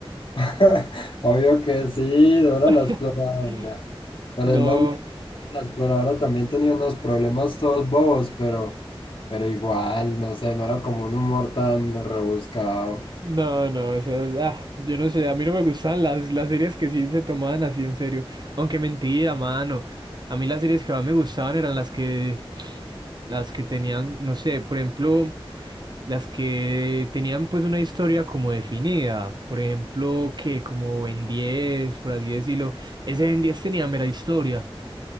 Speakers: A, on the left; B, on the right.
A: <laughs> Obvio que sí, Dora
B: <laughs>
A: la exploradora. Pero
B: No,
A: es lo mismo, la exploradora también tenía unos problemas todos bobos, pero, pero igual, no sé, no era como un humor tan rebuscado.
B: no, no, eso es- ah, yo no sé, a mí no me gustan las, las series que sí se tomaban así en serio. Aunque mentira, mano. A mí las series que más me gustaban eran las que, las que tenían, no sé, por ejemplo, las que tenían pues una historia como definida. Por ejemplo, que como Ben diez, por así decirlo. Ese Ben diez tenía mera historia.